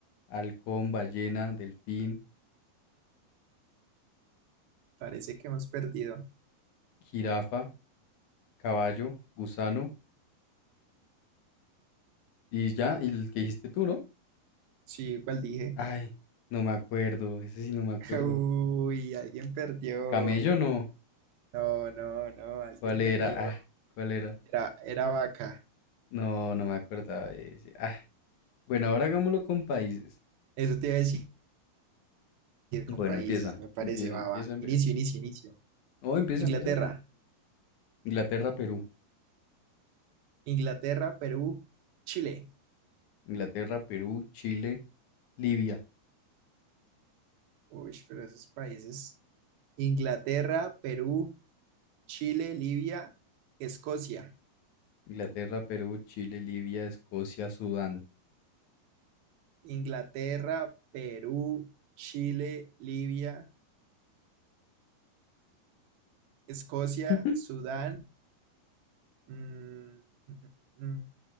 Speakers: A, on the left; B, on the right.
A: halcón, ballena, delfín,
B: Parece que hemos perdido.
A: jirafa, caballo, gusano y ya, y el que dijiste tú, ¿no?
B: Sí, ¿cuál dije?
A: Ay, no me acuerdo, ese sí no me acuerdo.
B: <laughs> Uy, alguien perdió.
A: Camello no,
B: No, no, no, alguien
A: ¿cuál era?
B: perdió.
A: Ah, ¿cuál era?
B: Era, era vaca.
A: No, no me acordaba de ese. Ah, bueno, ahora hagámoslo con países.
B: Eso te iba a decir
A: Bueno,
B: con países,
A: empieza,
B: me parece,
A: empieza,
B: baba.
A: empieza a ver.
B: Inicio, inicio, inicio.
A: Oh, empieza,
B: Inglaterra,
A: empieza tú. Inglaterra, Perú.
B: Inglaterra, Perú, Chile.
A: Inglaterra, Perú, Chile, Libia.
B: Uy, pero esos países. Inglaterra, Perú, Chile, Libia, Escocia.
A: Inglaterra, Perú, Chile, Libia, Escocia, Sudán.
B: Inglaterra, Perú, Chile, Libia, Escocia,
A: <laughs>
B: Sudán, mm, mm, mm, mm,